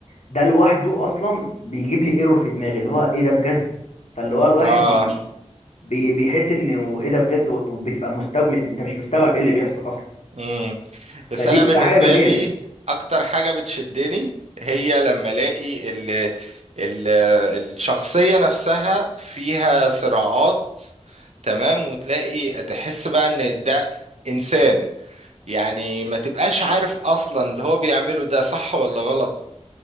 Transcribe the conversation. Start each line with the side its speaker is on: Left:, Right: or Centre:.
Left: ده لوحده اصلا بيجيب لي ايرور في دماغي اللي هو ايه ده بجد فاللي هو الواحد
Right: آه
Left: بي بي بيحس انه ايه ده بجد وبتبقى مستوعب انت مش مستوعب ايه اللي بيحصل اصلا
Right: مم.
Left: فدي
Right: بس انا
Left: بتبقى
Right: بالنسبه
Left: حاجه جميله
Right: لي اكتر حاجه بتشدني هي لما الاقي ال ال الشخصيه نفسها فيها صراعات تمام وتلاقي تحس بقى ان ده انسان يعني ما تبقاش عارف اصلا اللي هو بيعمله ده صح ولا غلط